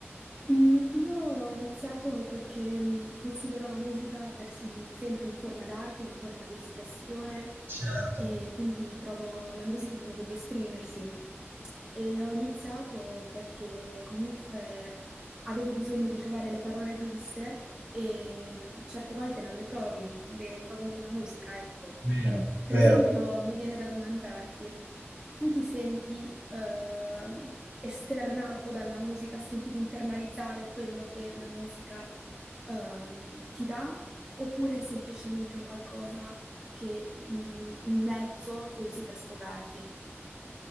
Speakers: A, on the right; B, on the right.
A: Mhmm, io ho iniziato perché, mhmm, considero la musica per s mhmm, sempre una forma d'arte, una forma di espressione
B: Certo,
A: e quindi trovo la musica un modo di esprimersi. E ho iniziato perché comunque avevo bisogno di trovare le parole giuste e, mhmm, certe volte non le trovi, le trovi nella musica, ecco.
B: vero,
A: Per
B: vero.
A: esempio mi viene da domandarti: tu ti senti ehm, esternato dalla musica, senti di internalizzare quello che la musica ehm, ti dà, oppure è semplicemente un qualcosa che, mh, un mezzo che usi per sfogarti?